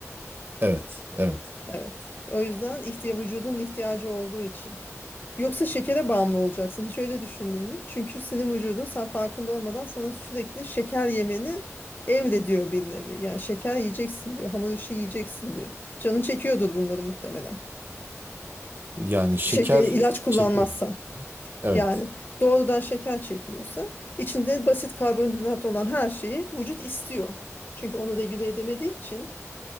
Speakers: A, on the right (about 45°); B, on the left (about 40°).
A: Evet, evet.
B: Evet. O yüzden ihtiya vücudun ihtiyacı olduğu için. Yoksa şekere bağımlı olacaksın. Hiç öyle düşündün mü? Çünkü senin vücudun sen farkında olmadan sana sürekli şeker yemeni emrediyor bir nevi. Yani şeker yiyeceksin diyor. Hamur işi yiyeceksin diyor. Canın çekiyordur bunları muhtemelen.
A: Yani şeker
B: Şeker, ilaç kullanmazsan.
A: çekiyor. Evet.
B: Yani doğrudan şeker çekmiyorsa içinde basit karbonhidrat olan her şeyi vücut istiyor. Çünkü onu regüle edemediği için